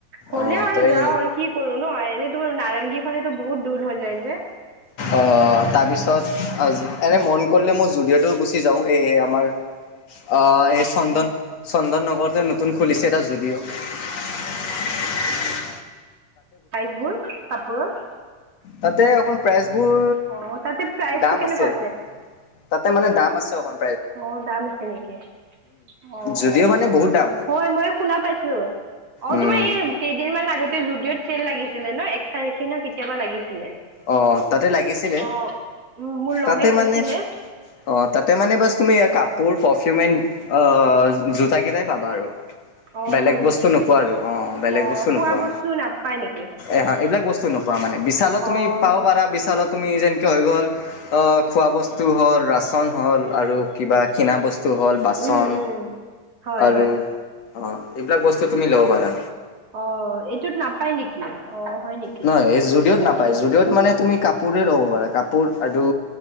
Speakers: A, on the right; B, on the left.
A: হ'লেও
B: অঁ
A: আৰু
B: তই
A: যা আৰু কি কৰো ন। তোমাৰ নাৰেংগী ফালেটো বহুত দূৰ হৈ যায় যে
B: অঁ তাৰপিছত এনে মন কৰিলে মোৰ যুদিঅ'টো গুচি যাও এই আমাৰ অ এই চন্দন চন্দন নগৰতে নতুন খুলিছে এটা জু <unintelligible> <inaudible>
A: চাইজবোৰ কাপোৰৰ
B: তাতে অকণ প্ৰাইজ বোৰ
A: অ তাতে প্ৰাইচটো
B: দাম
A: কেনেকুৱা
B: আছে তাতে মানে দাম আছে অকন
A: অ দাম আছে নেকি অ
B: যদিও
A: অ
B: মানে বহুত দাম মানে
A: হয় মইও শুনা পাইছো অ
B: উম
A: তোমাৰ এই কেইদিনমান আগতে জুডিঅ'ত চেল লাগিছিলে ন এক তাৰিখে ন কেতিয়াবা লাগিছিলে <unintelligible>
B: অ তাতে লাগিছিলে
A: অ উম মোৰ লগে
B: তাতে
A: কৈছিলে
B: মানে অ তাতে মানে বস্ত তুমি কাপোৰ পাৰফিউমেন এড জোতা কেইটাই পাবা আৰু
A: অ
B: বেলেগ
A: হয়
B: বস্তু
A: নেকি
B: নোপোৱা আৰু অ বেলেগ
A: অঁ
B: বস্তু
A: খোৱা
B: নোপোৱা
A: বস্তু নাপায় নেকি
B: এহ এইবিলাক বস্তু নপোৱা মানে বিশালত তুমি
A: অঁ
B: পাব পাৰা বিশালত তুমি যেনেকৈ হৈ গ'ল খোৱা বস্তু হ'ল ৰাচন হ'ল আৰু কিবা কিনা বস্তু বস্তু হ'ল বাচন
A: উম উম হয়
B: আৰু
A: হয়
B: অ এইবিলাক বস্তু তুমি লব পাৰা
A: অ এইটোত নাপায় নেকি অ হয় নেকি
B: নহয় এই জুডিঅ'ত
A: আচ্ছা
B: নাপায় জুডিঅ'ত মানে তুমি কাপোৰে ল'ব পাৰা কাপোৰ আৰু